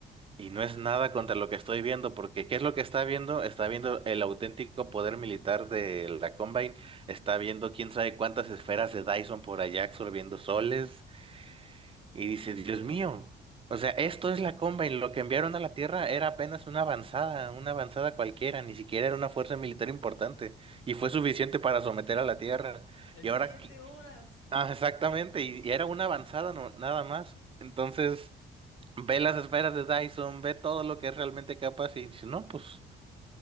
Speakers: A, on the right (about 25°); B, on the left (about 85°).
A: Y no es nada contra lo que estoy viendo, porque ¿qué es lo que está viendo? Está viendo el auténtico poder militar de la Combine, está viendo quién sabe cuántas esferas de Dyson por allá absorbiendo soles,
B: Por
A: y dice,
B: Dios,
A: Dios mío, o sea, esto es la Combine, lo que enviaron a la Tierra era apenas una avanzada, una avanzada cualquiera, ni siquiera era una fuerza militar importante, y fue suficiente para someter a la Tierra.
B: en
A: Y ahora,
B: siete
A: ¿qué?
B: horas.
A: ah, exactamente, y, y era una avanzada no, nada más. Entonces ve las esferas de Dyson, ve todo lo que es realmente capaz y dice, no, pues,